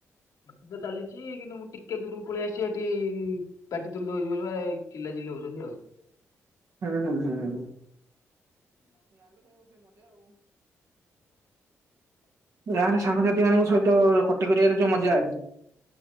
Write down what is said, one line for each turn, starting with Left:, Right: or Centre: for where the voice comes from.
Left: ଖଟି ତ ଚାଲିଛି କିନ୍ତୁ ମୁଁ ଟିକେ ଦୂରକୁ ପଳେଇ ଆସିଚି ସେଠି ପାଟି ତୁଣ୍ଡ ହଉଛି ବୋଲି ମାନେ ଚିଲାଚି ଚିଲି ହଉଛନ୍ତି ଆଉ। ହୁଁ।
Right: ହୁଁ ହୁଁ ହୁଁ। ର ସାଙ୍ଗସାଥି ମାନଙ୍କ ସହିତ, ଖଟି କରିବାରେ ଯୋଉ ମଜା